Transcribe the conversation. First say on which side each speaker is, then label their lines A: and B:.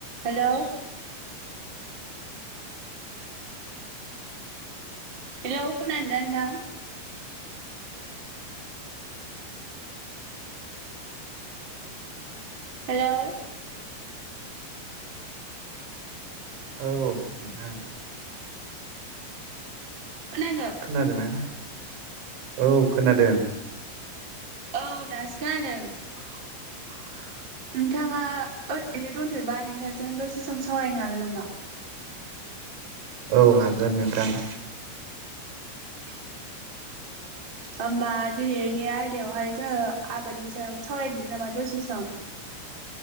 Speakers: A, on the right; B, on the right.
A: Hello hello खोनादो ना नोंथां? हेलौ
B: औ नोंथां।
A: खोनादों
B: खोनादोंना औ खोनादों।
A: औ दासिखा होनों नोंथाङा ओद रैनो दंथ'योबा नोंथांजों दसे सम सावरायनो हागोन नामा?
B: औ हागोन नोंथां।
A: <unintelligible> होमबा दिनैनि आयदायावहाय जोङो आबादनि सायाव सावरायदिनि नामा दसे सम <inaudible>